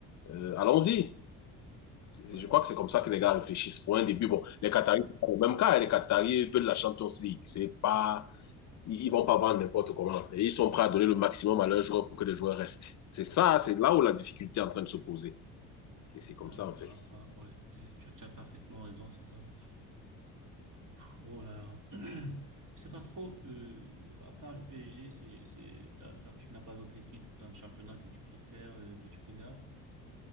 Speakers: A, on the left (about 50°); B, on the right (about 55°).
A: euh, allons-y.
B: Ouais.
A: Je crois que c'est comme ça que les gars réfléchissent. Pour un début, bon, les Qataris, c'est pas le même cas. Les Qataris veulent la Champions League. C'est pas, ils vont pas vendre n'importe comment. Et ils sont prêts à donner le maximum à leurs joueurs pour que les joueurs restent. C'est ça, c'est là où la difficulté est en train de se poser. c'est comme
B: Ah,
A: ça, en fait.
B: ah, ah, ouais, tu, tu- tu as parfaitement raison, c'est ça. Oh là là. <clears throat> Je sais pas trop, euh, à part le PSG, c'est, c'est, t'as- t'as- tu n'as pas d'autre équipe dans le championnat que tu préfères, euh, que tu regardes?